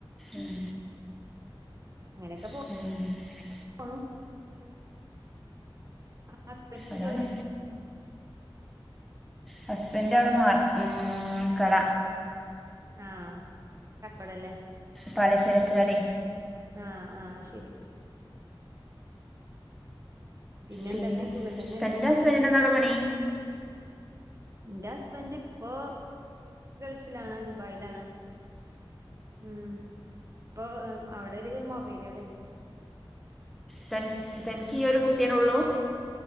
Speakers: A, in the centre; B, on the right (about 35°).
A: ഉം
B: അങ്ങനൊക്കെ പൊ
A: ഉം
B: കൊണും ഹസ്ബന്റ്
A: അതാണ്
B: ജോലി
A: ഹസ്ബൻ് അവിടെ മാർ ഉം കട
B: ആഹ കച്ചോടല്ലേ
A: പലചരക്ക് കടെ
B: ആഹ് ആഹ് ശരി പിന്നെന്തക്കെയ
A: പിന്നെ
B: സുഖം തന്നെല്ലേ
A: തന്റെ ഹസ്ബൻഡിന് എന്താണ് പണി
B: ന്റെ ഹസ്ബന്ഡ് ഇപ്പൊ ഗൾഫിലാണ് ദുബായിലാണ്. ഉം ഇപ്പോ അവിടൊര് മൊബൈല് കടയാ
A: തൻ തനിക്ക് ഈയൊരു കുട്ടിയന്നൊള്ളൂ?